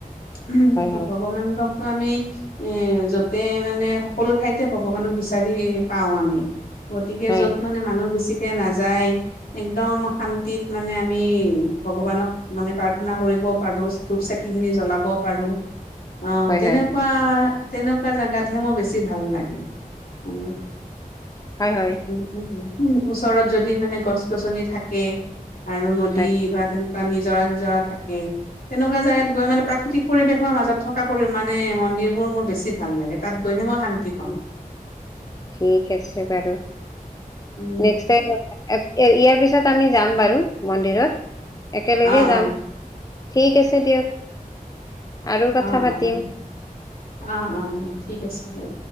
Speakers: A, on the left (about 80°); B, on the left (about 25°).
A: উ
B: হয় হয়
A: ভগৱান ত' আমি এ যতে মানে সকলো ঠাইতে ভগৱানক বিচাৰি পাও আমি, গতিকে
B: হয়
A: যত মানে মানুহ বেছি য়া নাযায় একদম শান্তিত মানে আমি ভগৱানক মানে প্ৰাৰ্থনা কৰিব পাৰহচ ধূপ চাকি খিনি জ্বলাবও পাৰো, অ,
B: হয়
A: তেনেকুৱা-তেনেকুৱা
B: হয়
A: জেগাত হে মোৰ বেছি ভাল লাগে, উ।
B: হয়, হয়।
A: উ উ ওচৰত যদি মানে গছ-গছনি থাকে আৰু নদী
B: হয়
A: বা তেনে বা নিজৰা-চিজৰা থাকে তেনেকুৱা জাগাত গৈ মানে প্ৰাকৃতিক পৰিবেশৰ মাজত থকা পৰি মানে মন্দিৰবোৰ মোৰ বেছি ভাল লাগে। তাত গৈহে মই শান্তিত
B: উম, ঠিক আছে বাৰু‌
A: উম
B: নেস্ক টাইম ইয়াৰ পিছত আমি যাম বাৰু মন্দিৰত, একেলগে
A: অ
B: যাম।
A: অ
B: ঠিক আছে দিয়ক। আৰু
A: অহ',
B: কথা পাতিম
A: অহ'। অহ', অহ' দিয়া ঠিক আছে বাৰু।